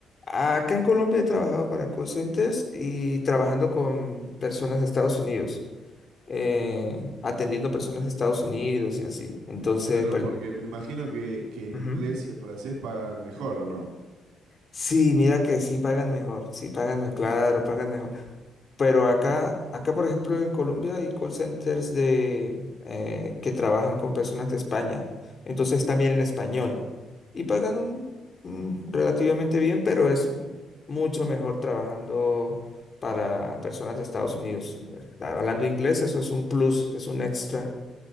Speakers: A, on the left; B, on the right.
A: acá en Colombia he trabajado para call centers y trabajando con personas de Estados Unidos, eh, atendiendo personas de Estados Unidos y así. Entonces,
B: Claro,
A: pues,
B: porque me imagino que, que en
A: ujú.
B: inglés y en francés pagan mejor, ¿o no?
A: Sí, mira que sí pagan mejor, sí pagan mejor, claro, pagan mejor. Pero acá, acá, por ejemplo, en Colombia hay call centers de, eh, que trabajan con personas de España. Entonces también en español. Y pagan un- un relativamente bien, pero es m- mucho mejor trabajando para personas de Estados Unidos. Eh, Hablando inglés, eso es un plus, es un extra.